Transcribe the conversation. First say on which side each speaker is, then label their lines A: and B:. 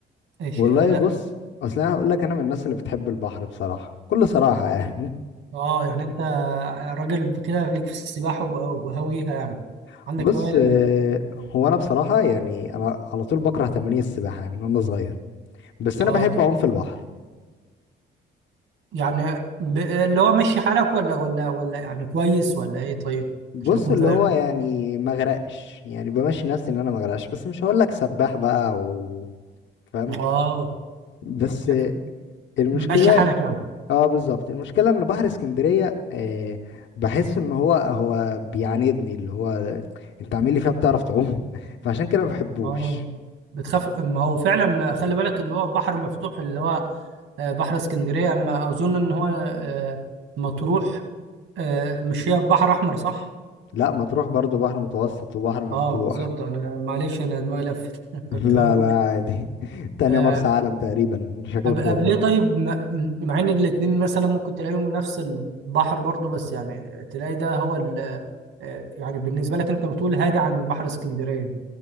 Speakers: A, on the right; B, on the left.
A: ايش
B: والله
A: آه، لا
B: بص اصل انا هقول لك انا من الناس اللي بتحب البحر بصراحه بكل صراحه يعني
A: اه يعني انت راجل كده ليك في السباحه و- وهاويها يعني
B: <laughs>
A: عندك
B: بص
A: هوايه لل...
B: آه، هو انا بصراحه يعني انا على طول بكره تمارين السباحه من وانا صغير بس انا
A: اه
B: بحب
A: تمام
B: اعوم في البحر
A: يعني ب... اللي هو ماشي حالك ولا ولا ولا يعني كويس ولا ايه طيب
B: بص
A: عشان اكون
B: اللي
A: فاهم
B: هو يعني ما اغرقش يعني بمشي نفسي ان انا ما اغرقش بس مش هقول لك سباح بقى و فاهم
A: اه
B: بس
A: يعني
B: المشكله
A: ماشي حالك يعني
B: اه بالظبط المشكله ان بحر اسكندريه آه بحس ان هو هو بيعاندني اللي هو انت عامل لي فيها بتعرف تعوم <laughs> فعشان كده ما بحبوش
A: اه بتخاف ما هو فعلا خلي بالك اللي هو بحر مفتوح اللي هو آه، بحر اسكندريه اما اظن ان هو آه، مطروح آه، مش هي بحر احمر صح
B: لا ما تروح برضو بحر متوسط وبحر مفتوح
A: اه بالظبط انا معلش انا دماغي لفت <laughs>
B: <laughs>
A: كنت
B: لا
A: هقول
B: لا عادي <laughs> تانية
A: آه،
B: مرسى علم تقريبا شكلك
A: أب- قبل
B: لخبط
A: ليه طيب م- مع ان الاتنين مثلا ممكن تلاقيهم نفس البحر برضو بس يعني تلاقي ده هو ال- آه، يعني بالنسبه لك انت بتقول هادي عن بحر اسكندريه